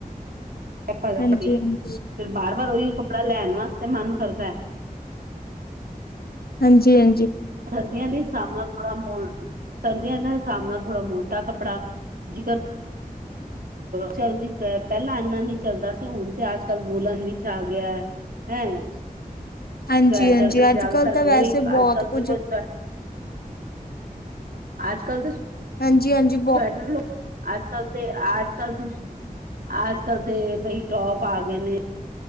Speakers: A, on the right (about 70°); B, on the left (about 85°).
A: ਪਈ
B: ਹਾਂਜੀ
A: ਫਿਰ ਬਾਰ ਵਾਰ ਉਹੀ ਕੱਪੜਾ ਲੈਣ ਵਾਸਤੇ ਮਨ ਕਰਦਾ
B: ਹਾਂਜੀ ਹਾਂਜੀ
A: ਸਰਦੀਆਂ ਦੇ ਹਿਸਾਬ ਨਾਲ ਥੋੜਾ ਮੋ ਸਰਦੀਆਂ ਦੇ ਹਿਸਾਬ ਨਾਲ ਥੋੜ੍ਹਾ ਮੋਟਾ ਕੱਪੜਾ ਜਿਕਰ ਚਲਦੀ ਪਹਿਲਾਂ ਇੰਨਾ ਨਹੀਂੀ ਚੱਲਦਾ ਸੀ ਹੁਣ ਤੇ ਅੱਜ ਕੱਲ ਵੂਲਣ ਵਿੱ ਚਲ ਗਿਆ ਹੈਂ
B: ਹਾਂਜੀ-ਹਾਂਜੀ
A: ਸੈਟਰ ਵਟਰ ਜ਼ਿਆਦਾਤਰ
B: ਅੱਜ-ਕੱਲ੍ਹ ਤਾਂ
A: ਗਏ
B: ਵੈਸੇ ਬਹੁਤ
A: ਆਜ ਕਲ
B: ਕੁੱਝ
A: ਤੇ ਕੋਈ ਅੱਜ ਕਲ ਤਾਂ
B: ਹਾਂਜੀ ਹਾਂਜੀ
A: ਸਵੈਟਰ ਲੋ ਅਜ ਕੱਲ ਤੇ ਅਜ ਕੱਲ ਦੇ ਅੱਜ ਕੱਲ ਤੇ ਬਈ ਟੋਪ ਆ ਗਏ ਨੇ